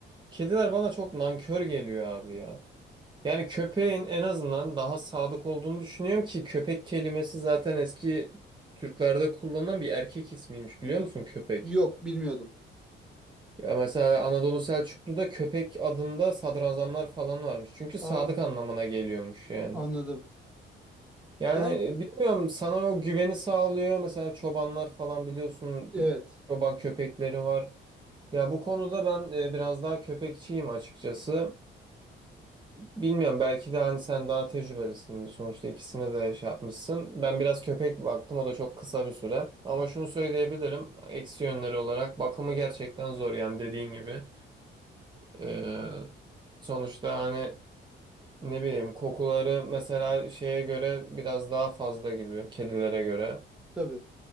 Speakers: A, on the right; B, in the centre.
A: Kediler bana çok nankör geliyor abi ya. Yani köpeğin en azından daha sadık olduğunu düşünüyorum ki köpek kelimesi zaten eski Türklerde kullanılan bir erkek ismiymiş biliyor musun köpek?
B: Yok, bilmiyordum.
A: Ya mesela Anadolu Selçuklu'da köpek adında sadrazamlar falan varmış. Çünkü sadık
B: Aa,
A: anlamına geliyormuş yani.
B: anladım.
A: Yani
B: Yani
A: e, bilmiyorum sana o güveni sağlıyor. Mesela çobanlar falan biliyorsun
B: evet,
A: çoban köpekleri var. Ya bu konuda ben e, biraz daha köpekçiyim açıkçası. Bilmiyorum belki de hani sen daha tecrübelisin. Sonuçta ikisine de şey yapmışsın. Ben biraz köpek baktım o da çok kısa bir süre. Ama şunu söyleyebilirim. Eksi yönleri olarak bakımı gerçekten zor yani dediğin gibi. Ee, sonuçta hani ne bileyim kokuları mesela şeye göre biraz daha fazla gibi kedilere göre.
B: tabii.